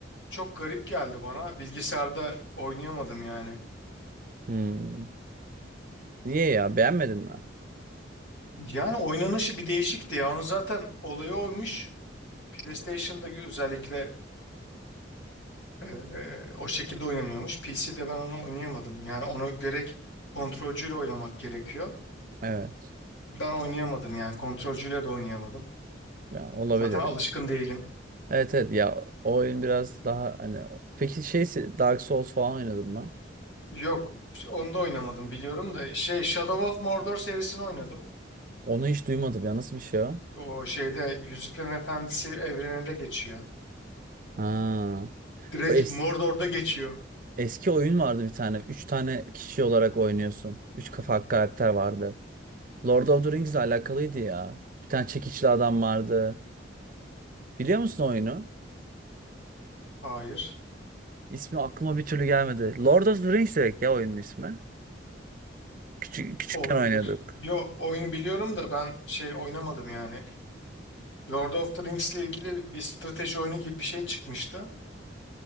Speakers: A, on the left; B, on the right.
A: çok garip geldi bana. Bilgisayarda oynayamadım yani.
B: Hmm. Niye ya? Beğenmedin mi?
A: Yani oynanışı bir değişikti ya. Onu zaten olayı oymuş. PlayStation'da özellikle e, o şekilde oynanıyormuş. PC'de ben onu oynayamadım. Yani onu gerek kontrolcüyle oynamak gerekiyor.
B: Evet.
A: Ben oynayamadım yani kontrolcüyle de oynayamadım.
B: Ya olabilir.
A: Zaten alışkın
B: yani.
A: değilim.
B: Evet evet ya o oyun biraz daha hani peki şey Dark Souls falan oynadın mı?
A: Yok, onu da oynamadım biliyorum da şey Shadow of Mordor serisini oynadım.
B: Onu hiç duymadım ya nasıl bir şey o?
A: O şeyde Yüzüklerin Efendisi evreninde geçiyor.
B: Ha.
A: Direkt
B: Bu es-
A: Mordor'da geçiyor.
B: eski oyun vardı bir tane. Üç tane kişi olarak oynuyorsun. Üç kafa karakter vardı. Lord of the Rings ile alakalıydı ya. Bir tane çekiçli adam vardı. Biliyor musun oyunu?
A: Hayır.
B: İsmi aklıma bir türlü gelmedi. Lord of the Rings direkt ya oyunun ismi. Küçük, küçükken
A: Olabilir.
B: oynuyorduk.
A: Yo oyunu biliyorum da ben şey oynamadım yani. Lord of the Rings ile ilgili bir strateji oyunu gibi bir şey çıkmıştı.